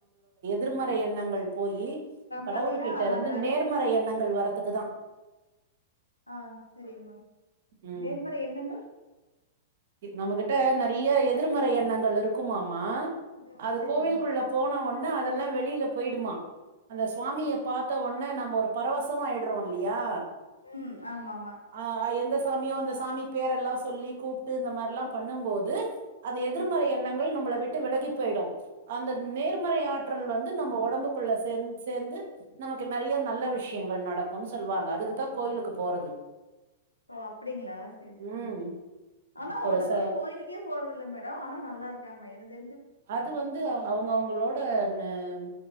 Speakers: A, on the right (about 55°); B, on the left (about 80°).
A: திருமறை எண்ணங்கள் போயி கடவுள்கிட்ட
B: பார்த்தீங்கன்னா,
A: இருந்து
B: நாங்க அடிக்
A: நேர்மறை எண்ணங்கள் வரதுக்குதா
B: ஆ சரிங்க மேம்
A: ம்
B: நேர்மறை என்னங்க
A: நம்மகிட்ட நறைய எதிர்மறை எண்ணங்கள் இருக்குமாம் மா
B: ம்.
A: அது
B: சரிங்க.
A: கோவில்குள்ள போன ஒன்னே அதெல்லா வெளியில போயிடுமா அந்த சுவாமிய பாத்த ஒட்னே நம்ப ஒரு பரவசமா ஆயிட்றோ இல்லையா
B: ம் ஆமாமா
A: ஆ எந்த சாமியோ அந்த சாமி பேரெல்லா சொல்லி கூப்பிட்டு இந்த மாரில்லா பண்ணும் போது அந்த எதிர்மறை
B: அ
A: எண்ணங் கள் நம்மள விட்டு விலகி போயிடு அந்த நேர்மறை ஆற்றல் வந்து நம்ம ஒடம்புக்குள்ள சேந் சேந்து நமக்கு நெறைய நல்ல விஷயங்கள் நடக்கும்னு சொல்லுவாங்க அதுக்குத்தா கோயிலுக்கு போறது
B: ஓ அப்டிங்களா சேரி சேரி
A: ம்
B: ஆனா ஒருத்தர்
A: ஒரு ச
B: பாத்தா கோயிலுக்கே போறது இல்ல மேடோ ஆனா நல்லா இருக்காங்மா என்னுது
A: அது வந்து அவுங்கவுங்களோட ந ம்